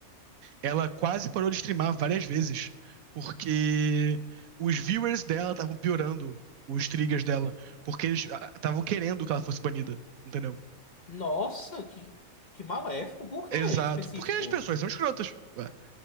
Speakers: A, on the right; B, on the left.
A: ela quase parou de streamar várias vezes, porque os viewers dela estavam piorando os triggers dela, porque eles ah, estavam querendo que ela fosse banida, entendeu?
B: Nossa, que, que maléfico. Por
A: Exato,
B: quê específico?
A: porque as pessoas são escrotas. Ué.